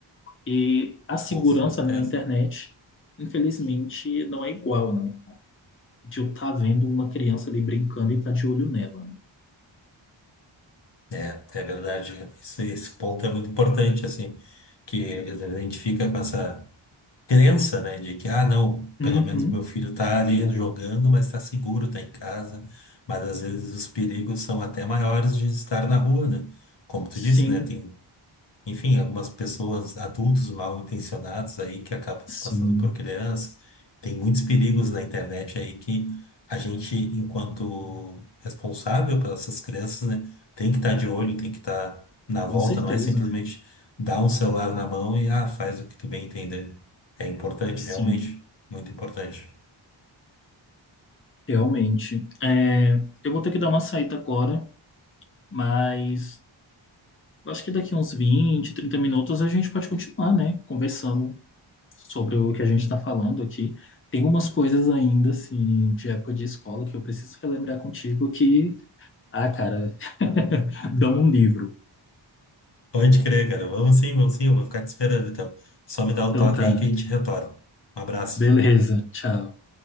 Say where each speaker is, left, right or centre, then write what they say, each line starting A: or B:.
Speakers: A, on the left; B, on the left.
A: E a segurança,
B: Com certeza.
A: né, na internet, infelizmente, não é igual, né? De eu estar vendo uma criança ali brincando e estar de olho nela.
B: É, é verdade. Esse, esse ponto é muito importante, assim, que às vezes a gente fica com essa crença, né, de que, ah, não, pelo
A: Uhum.
B: menos meu filho tá ali jogando, mas tá seguro, tá em casa. Mas às vezes os perigos são até maiores de estar na rua, né? Como tu
A: Sim,
B: disse, né? Tem enfim, algumas pessoas, adultos mal intencionados aí que acabam se
A: sim,
B: passando por criança. Tem muitos perigos na internet aí que a gente, enquanto responsável pelas essas crianças, né, tem que estar de olho, tem que estar na
A: com
B: volta,
A: certeza.
B: não é simplesmente dar um celular na mão e ah, faz o que tu bem entender. É importante,
A: Sim.
B: realmente, muito importante.
A: Realmente. É, eu vou ter que dar uma saída agora, mas eu acho que daqui uns 20 30 minutos a gente pode continuar, né? Conversando sobre o que a gente está falando aqui. Tem umas coisas ainda, assim, de época de escola que eu preciso relembrar contigo que, ah, cara, <laughs> dá um livro.
B: Pode crer, cara. Vamos sim, vamos sim, eu vou ficar te esperando então. Só me dá o
A: Então
B: toque
A: tá.
B: aí que a gente retorna. Um abraço.
A: Beleza, tchau.